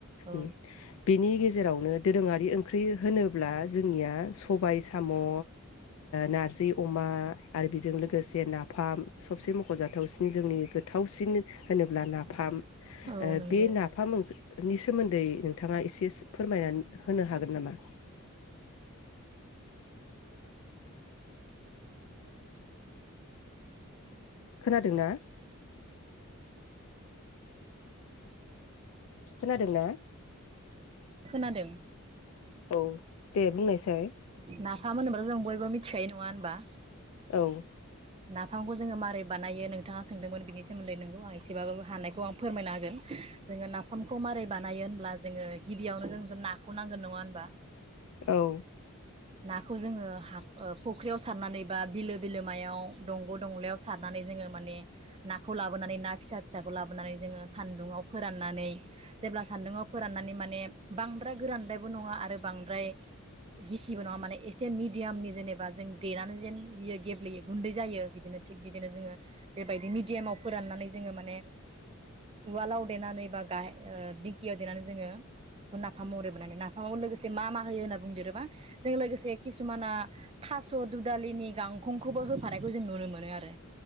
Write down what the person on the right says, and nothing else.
औ
औ नंगौ
खोनादों।
नाफाम होनोब्ला जों बयबो बो मिथिखायो नङा होनबा?
नाफामखौ जोङो मारोरै बानायो नोंथाङा सोंदोंमोन बिनि सोमोन्दै नोंगौ आं एसेबाबाबो हानायखौ आं फोरमायनो हागोन जोङो नाफामखौ मारोरै बानायो होनब्ला जोङो गिबियावनो जों नाखौ नांगोन नङा होनबा?
नाखौ जोङो हा ओ - फुख्रियाव सारनानै बा बिलो बिलोमायाव दंग' दंलायाव सारनानै जोङो माने नाखौ लाबोनानै ना फिसा फिसाखौ लाबोनानै जोङो सान्दुङाव फोराननानै जेब्ला सान्दुङाव फोराननानै माने बांद्राय गोरानद्रायबो नङा आरो बांद्राय गिसि <unintelligible> एसे मिदियामनि जेनेबा जों देनानै जेन बियो गेब्लेयो गुैन्दै जायो बिदिनो थि बिदिनो जोंङो बेबायदि मिदियामाव फोराननानै ज- जोङो माने- उवालाव देनानै बा गाहाय दिंकियाव देनानै जोङो बेखौ नाफाम महरैबनानै नाफामाव लोगोसे मा मा होयो होनना बुंदेरोबा- जों लोगोसे किसुमाना थास' दुदालिनि गांखंखौबो होफानायखौ जों नुनो मोनो आरो